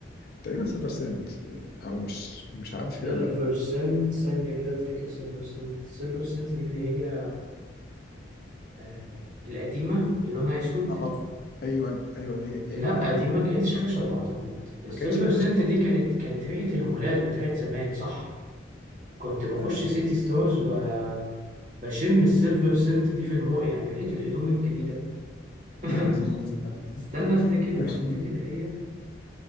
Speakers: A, on the left; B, on the right.
A: تقريبا سيلفر سنت آه، او مش مش عارف
B: سيلفر
A: هي ولا لا
B: سنت ثانية كده افتكر سيلفر سنت سيلفر سنت دي اللي هي آه القديمة اللي لونها اسود
A: اه ايوه ايوه هي دي ايوه
B: لا
A: هي
B: دي
A: دي
B: ما كانتش خشب اعتقد السيلفر
A: ما كانش فيها
B: سنت
A: خشب خالص
B: دي كانت كانت ريحة المولات بتاعت زمان صح كنت بخش
A: آه،
B: سيتي ستارز ب... بشم السيلفر سنت دي في المو يعني ريحة الهدوم الجديدة <laughs>
A: <laughs> عادي.
B: استنى افتكر
A: مش
B: افتكر هي